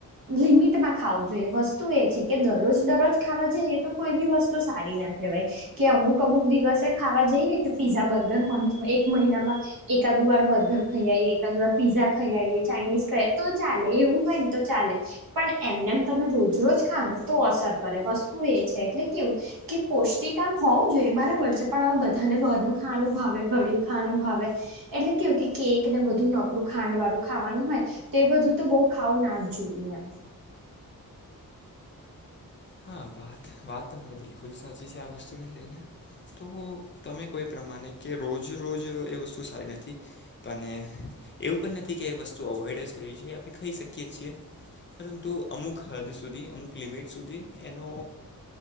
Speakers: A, on the right; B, on the left.
A: લિમિટમાં ખાવું જોઈએ વસ્તુ એ છે કે દરરોજ દરરોજ ખાવા જ એ તો કોઈ બી વસ્તુ સારી ના કેવાય કે અમુક અમુક દિવસે ખાવા જઈએ કે પીઝા બર્ગર મંથ એક મહિનામાં એકાદ વાર બધા ખઈ આઇયે એકાદ વાર પીઝા ખાઈ આવિઆઈએ ચાઇનીઝ ખાઈ તો ચાલે એવું હોય ને તો ચાલે પણ એમને એમ તમે રોજ રોજ ખાવઓ ને તો અસર કરે વસ્તુ એ છે એટલે કે કે પૌષ્ટિક આમ હોવું જોઈએ બરાબર છે પણ હવે બધાને બાર નું ખાવાનું ભાવે ગળિયું ખાવાનું ભાવે એટલે કેમકે કેક ને બધું નકરું ખાંડ વાળું ખાવાનું હોય તો એ બધું તો બહુ ખાવું ના જ જોઈએ એમ
B: હા હા વાત વાત તમારી બિલકુલ સાચી છે આ વસ્તુને લઈને તો તમે કો એ પ્રમાણે કે રોજ રોજ એ વસ્તુ સારી નથી પણ એવું પણ નથી કે વસ્તુ અવોઇડ જ કરવી જોઈએ આપણે ખાઈ શકીએ છીએ પરંતુ અમુક હદ સુધી અમુક લિમિટ સુધી એનો